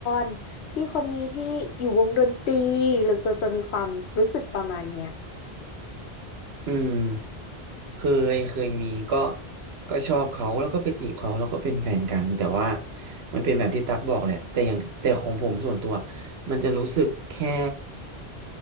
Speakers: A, on the left; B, on the right.
A: รพี่คนนี้ที่อยู่วงดนตรีเราจะจะมีความรู้สึกประมาณเนี้ย
B: อืมเคยเคยมีก็ก็ชอบเขาแล้วก็ไปจีบเขาแล้วก็เป็นแฟนกันแต่ว่ามันเป็นแบบที่ตั๊กบอกแหละแต่อย่างแต่ของผมส่วนตัวมันจะรู้สึกแค่